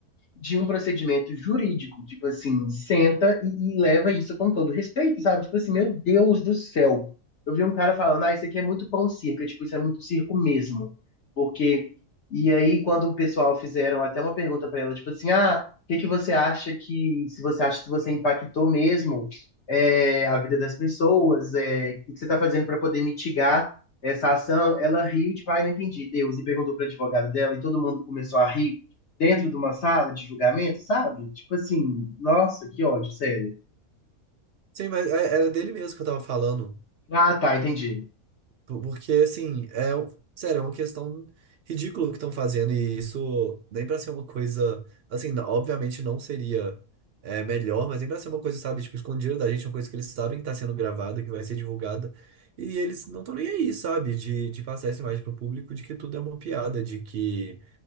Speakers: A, on the left (about 55°); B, on the right (about 60°).
A: de um procedimento jurídico. Tipo assim, senta e, e leva isso com todo respeito, sabe? Tipo assim, meu Deus do céu. Eu vi um cara falando, ah, isso aqui é muito pão circo, é tipo, isso é muito circo mesmo. Porque. E aí, quando o pessoal fizeram até uma pergunta para ela, tipo assim, ah, o que que você acha que, se você acha que você impactou mesmo é, a vida das pessoas, é, o que que você está fazendo para poder mitigar essa ação? Ela riu, tipo, ai, não entendi, Deus, e perguntou para advogado dela, e todo mundo começou a rir dentro de uma sala de julgamento, sabe? Tipo assim, nossa, que ódio, sério.
B: Sim, mas é- era dele mesmo que eu tava falando.
A: Ah, tá, entendi.
B: Porque, assim, é, o- sério, é uma questão ridícula que estão fazendo, e isso nem pra ser uma coisa, assim, n- obviamente não seria é, melhor, mas nem pra ser uma coisa, sabe, tipo, escondida da gente, uma coisa que eles sabem que tá sendo gravada, que vai ser divulgada, e eles não estão nem aí, sabe, de, de passar essa imagem pro público de que tudo é uma piada, de que